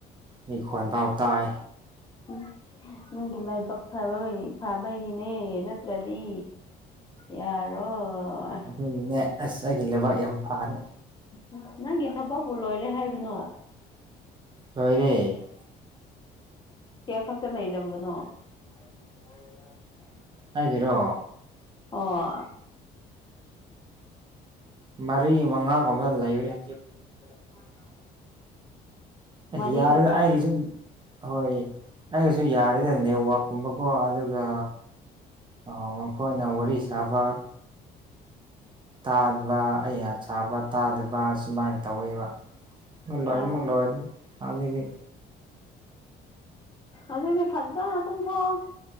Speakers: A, on the right; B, on the left.
A: ꯃꯤ ꯈꯣꯟꯗꯣ ꯇꯥꯏ
B: ꯎꯝ ꯅꯪꯒꯤ ꯂꯥꯏꯕꯛ ꯐꯔꯣꯏꯌꯦ ꯐꯥꯕꯩꯒꯤꯅꯦ ꯅꯠꯇ꯭ꯔꯗꯤ ꯌꯥꯔꯣꯏ
A: ꯑꯗꯨꯒꯤꯅꯦ ꯑꯁ ꯑꯩꯒꯤ ꯂꯩꯕꯥꯛ ꯌꯥꯝ ꯐꯥꯔꯦ
B: ꯑꯍꯨꯝ ꯅꯪꯒꯤ ꯊꯕꯛꯄꯨ ꯂꯣꯏꯔꯦ ꯍꯥꯏꯕꯅꯣ
A: ꯂꯣꯏꯔꯦ
B: ꯀ꯭ꯌꯥ ꯈꯛꯇ ꯂꯩꯔꯝꯕꯅꯣ <inaudible>
A: ꯑꯩꯒꯤꯔꯣ
B: ꯑꯣ
A: ꯃꯔꯤ ꯃꯉꯥꯒꯨꯝꯕꯗ ꯂꯩꯕꯔ
B: <inaudible> ꯃꯔꯤ
A: ꯑꯦꯍ ꯌꯥꯔꯦꯗ
B: ꯈꯛꯇ
A: ꯑꯩꯒꯤ ꯖꯨꯝ ꯍꯣꯏ ꯑꯩꯒꯤꯁꯨ ꯌꯥꯗꯦꯗ ꯅꯦꯠꯋꯥꯛꯀꯨꯝꯕꯀꯣ ꯑꯗꯨꯒ ꯑꯣ ꯃꯈꯣꯏꯅ ꯋꯥꯔꯤ ꯁꯥꯕ ꯇꯥꯠꯕ ꯑꯩ ꯑꯌꯥꯁꯥꯕ ꯇꯥꯗꯕ ꯁꯨꯃꯥꯏꯟ ꯇꯧꯋꯦꯕ
B: ꯑꯣ
A: ꯅꯣꯏꯃꯛ ꯅꯣꯏꯒꯅꯤ ꯍꯧꯖꯤꯛꯇꯤ
B: ꯑꯗꯨꯗꯤ ꯐꯖꯅ ꯇꯨꯝꯊꯣꯛꯑꯣ